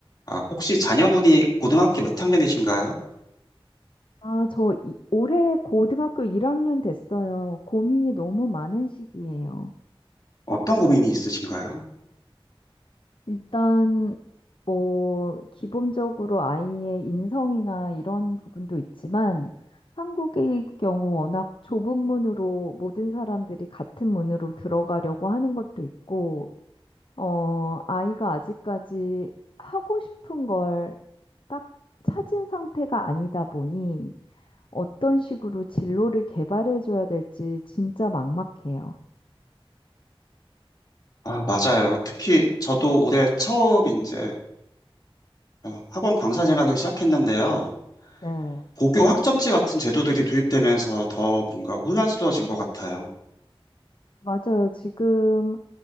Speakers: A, on the left; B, on the left.
A: 아, 혹시 자녀분이 고등학교 몇 학년이신가요?
B: 아, 저 이- 올해 고등학교 1학년 됐어요. 고민이 너무 많은 시기예요.
A: 어떤 고민이 있으신가요?
B: 일단 뭐 기본적으로 아이의 인성이나 이런 부분도 있지만 한국의 경우 워낙 좁은 문으로 모든 사람들이 같은 문으로 들어가려고 하는 것도 있고, 어, 아이가 아직까지 하고 싶은 걸 딱 찾은 상태가 아니다 보니 어떤 식으로 진로를 개발해 줘야 될지 진짜 막막해요.
A: 아, 맞아요. 특히 저도 올해 처음 이제 어, 학원 강사 생활을 시작했는데요.
B: 네.
A: 고교 학점제 같은 제도들이 도입되면서 더 뭔가 혼란스러워진 것 같아요.
B: 맞아요. 지금